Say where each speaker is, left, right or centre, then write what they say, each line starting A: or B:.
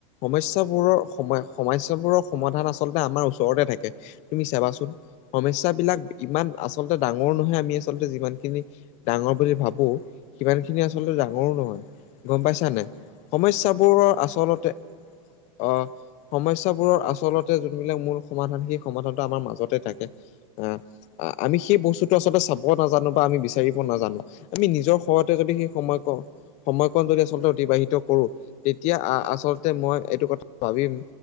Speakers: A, on the left; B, on the left.
A: সমস্যাবোৰৰ
B: হয় হয়
A: সম সমস্যাবোৰৰ সমাধান আচলতে আমাৰ ওচৰতে থাকে তুমি চাবাচোন সমস্যাবিলাক ইমান আচলতে ডাঙৰ নহয় আমি আচলতে যিমান খিনি ডাঙৰ বুলি ভাবো সিমানখিনি
B: হয়
A: আচলতে ডাঙৰো নহয় গম পাইছা
B: ডাঙৰ নহয়
A: নাই
B: হয়
A: সমস্যাবোৰ
B: হয় হয়
A: আচলতে অহ সমস্যাবোৰৰ আচলতে যোনবিলাক মূল সমাধান সেই সমাধানটো আমাৰ মাজতে থাকে অ আমি সেই বস্তুটো আচলতে চাব নাজানো বা আমি বিচাৰিব নাজানো আমি নিজৰ
B: নাজানো
A: সময়তে
B: হয়
A: যদি সেই সময় কওঁ সময়কন যদি আচলতে অতিবাহিত কৰো তেতিয়া আ আচলতে মই এইটো কথা ভাবিম